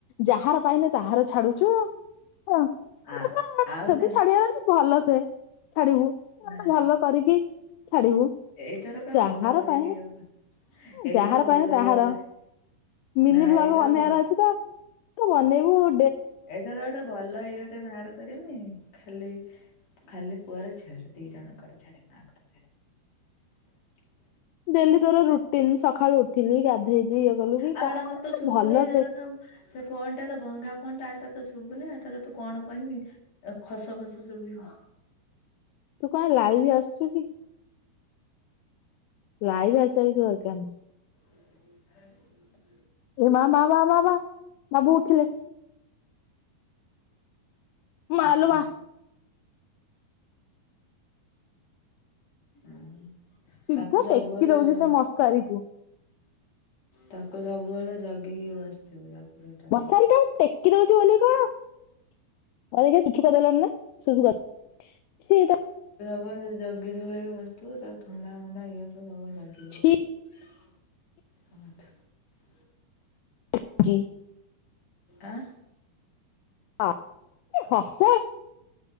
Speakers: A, on the left (about 80°); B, on the left (about 50°).
A: ଯାହାର ପାଇନେ ତାହାର ଛାଡୁଛୁ। ହଁ <unintelligible>
B: ଆ ଆଉ
A: ଯଦି
B: ଛା
A: ଛାଡିବାର ଅଛି ଭଲ ସେ ଛାଡିବୁ ଗୋଟେ
B: ନା
A: ଭଲ କରିକି ଛାଡିବୁ
B: ଏଇଥର ପା
A: ଯାହାର
B: <unintelligible>
A: ପାଇନେ
B: ଏଇଥର
A: ଯାହାର
B: ଭଲ
A: ପାଇଁ ତାହାର।
B: ଇଏ କରି
A: ମିନି
B: ନା
A: ବ୍ଲଗ
B: ଏଇଥର
A: ବନେଇବାର
B: ଭଲ
A: ଅଛି ତ ତ ବନେଇବୁ ଆଉ
B: ଏଇ ଥର ଗୋଟେ ଭଲ ଇଏ ଟେ ବାହାର କରିମି। ଖାଲି ଖାଲି ପୁଅର ଝିଅର ଦି ଜଣଙ୍କର ଛାଡିବି ମାଆଙ୍କର ଛାଡିବିନି। <inaudible>
A: ଡେଲି ତୋର ରୁଟିନ ସକାଳୁ ଉଠିଲି ଗାଧେଇଲି ଇଏ କଲୁ କି
B: ଆଉ ଏଇଟା
A: କଣ
B: ତ ମତେ ଶୁବୁନି
A: ଭଲ
B: ହେଲା
A: ସେ
B: ତ ସେ ଫୋନଟା ତ ଭଙ୍ଗା ଫୋନ ଟା ଏଟା ତ ଶୁଭୁନି ଏଟା ତ ତୁ କଣ କହିବି ଖସ ଖସ ଶୁଭିବ।
A: ତୁ କଣ ଲାଇଭ୍ ଆସୁଛୁ କି? ଲାଇଭ ଆସିବା କିଛି ଦରକାର ନାହିଁ।
B: <inaudible>
A: ଏ ମା ମା ମା ମା ମା ବାବୁ ଉଠିଲେ। ମାଲୋ
B: ଦେଖା।
A: ମା
B: ଉଁ
A: ସିଧା
B: ତାକୁ ସବୁବେଳେ
A: ଟେକି ଦଉଛି
B: ଜ
A: ସେ ମଶାରୀକୁ।
B: ତାକୁ ସବୁବେଳେ ଜଗିକି ବସିଥିବୁ ତାକୁ ଟୋଟାଲି
A: ମସାରୀ ଟା ଟେକି ଦଉଛିୁ ବୋଲି କଣ ଆ ଦେଖିବା ଚୁଚୁ କରି ଦେଲଣିନା, ସୁସୁ ଛି ଏଇଟା
B: କ ଜଗି ଜଗିକି ବସିଥିବ ତାକୁ ଥଣ୍ଡା ଫଣ୍ଡା ହେଇ କରିବ। ଜ-ଜଗିବ
A: ଛି
B: <inaudible>
A: <unintelligible>
B: ଆଁ?
A: ଆ କି ହସ।